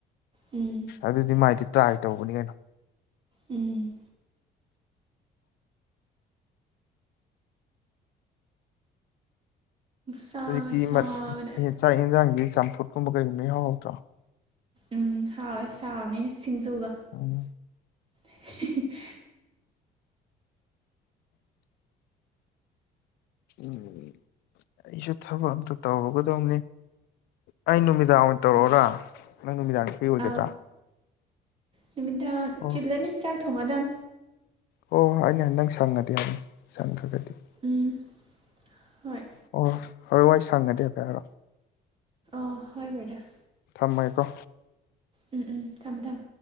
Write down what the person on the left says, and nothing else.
ꯑꯗꯨꯗꯤ ꯃꯥꯏꯗꯤ ꯇ꯭ꯔꯥꯏ ꯇꯧꯕꯅꯤ ꯀꯩꯅꯣ
ꯍꯧꯖꯤꯛꯇꯤ
ꯃꯠ ꯆꯥꯛ ꯌꯦꯟꯖꯥꯡꯁꯤ ꯆꯝꯐꯨꯠ ꯀꯨꯝꯕ ꯀꯩꯒꯨꯝꯕ ꯎꯍꯥꯎ ꯍꯥꯎꯗ꯭ꯔꯣ
ꯑꫭ
ꯎꯝ ꯑꯩꯁꯨ ꯊꯕꯛ ꯑꯝꯇ ꯇꯧꯔꯨꯒꯗꯧꯅꯤ ꯑꯩ ꯅꯨꯃꯤꯗꯥꯡ ꯇꯧꯔꯛꯑꯣꯔ
ꯅꯪ ꯅꯨꯃꯤꯗꯥꯡꯒꯤ ꯐ꯭ꯔꯤ ꯑꯣꯏꯒꯗ꯭ꯔꯥ
ꯑꯣ
ꯍꯣꯏ ꯍꯣꯏ ꯑꯩꯅ ꯅꯪ ꯁꯪꯉꯗꯤ ꯍꯥꯏꯕꯅꯤ ꯁꯪꯈ꯭ꯔꯒꯗꯤ
ꯑꯣ ꯍꫭꯔꯦꯜ ꯋꯥꯏ ꯁꯪꯒꯗꯤ ꯍꯥꯏꯐꯦꯠ ꯍꯥꯏꯔꯑꫭ
ꯊꯝꯃꯥꯒꯦꯀꯣ